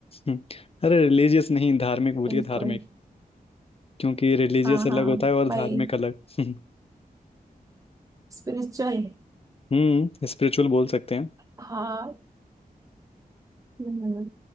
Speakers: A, on the left (about 40°); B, on the right (about 20°).
A: हम्म, अरे रिलीजियस नहीं धार्मिक बोलिए
B: बिल्कुल
A: धार्मिक क्योंकि रिलीजियस
B: हाँ
A: अलग
B: हाँ
A: होता है और धार्मिक
B: भाई
A: अलग हम्म
B: स्पिरिचुअल
A: हम्म स्पिरिचुअल बोल सकते हैं
B: हाँ हम्म,